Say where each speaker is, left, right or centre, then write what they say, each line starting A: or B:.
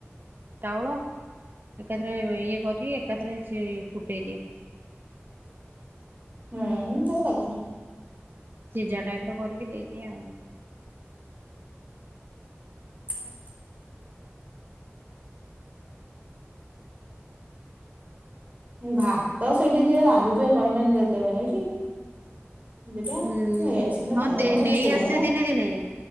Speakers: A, on the right; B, on the right.
A: ଚାଉଳ ଏକଥରେ ଏକ ହରି ଏକାଥରେ ସେ ପୁଟେଇଦିଏ।
B: ହୁଁ କେ
A: ସିଜା ଟାଇପ ର କରିକି ଦେଇଦି ଆଉ।
B: <inaudible> ଭାତ ସେଠି ଯିଏ ରାନ୍ଧୁଥିବେ କହିନେ ଦେଇଦେବେ ନାଇ କି। ଦିଟା
A: ହୁଁ
B: ନେଇ ଆସିଲେ
A: ହଁ
B: ଖାଇଦବ
A: ନେଇ
B: ଛୁଆ
A: ଆସେ
B: ଟା
A: ଦିନେ ଦିନ